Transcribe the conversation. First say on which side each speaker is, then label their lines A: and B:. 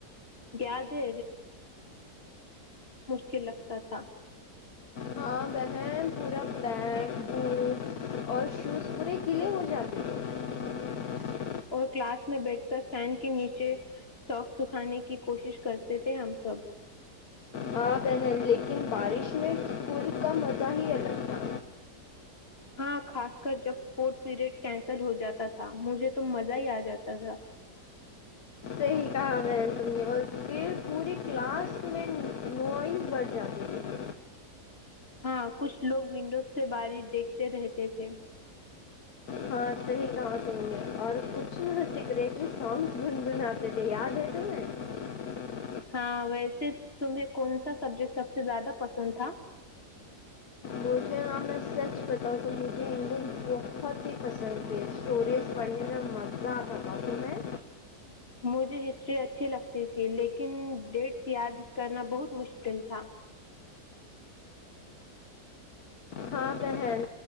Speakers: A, on the left; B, on the left.
A: یاد ہے کہ لگتا تھا
B: ہاں بہن پورا بیگ بوکس اور شوز پورے گلے ہو جاتے ہےھی
A: اور کلاس میں بیٹھ کر فین کے نیچے سوخ سکھانے کی کوشش کرتے تھے ہم سب
B: ہ پہن لیکن بارش میں اسکول کا مزہ ہی الگ تھا
A: ہاں خاص کر جب اسپورٹ پیریڈ کینسل ہو جاتا تھا مجھے تو مزہ ہی آ جاتا تھا
B: سہی کہا بہن تم نے اور پھر پوری کلاس میں نوائز بڑھ جاتی تھی
A: ہاں کچھ لوگ ونڈوز سے بارش دیکھتے رہتے تھے
B: ہاں صحیح کہا تم نے اور کچھ نہ سکریٹری سانگس گنگناتے تھے یاد ہے تمیں
A: ہاں ویسے تمہیں کون سا سبجیکٹ سب سے زیادہ پسند تھا
B: مجھے ہاں میں سچ بتاؤں تو مجھے انگلش بہت ہی پسند تھی اسٹوریز پڑھنے میں مزہ آتا تھااک میں
A: مجھے ہسٹری اچھی لگتی تھی لیکن ڈیٹس یاد کرنا بہت مشکل تھا
B: ہاں بہن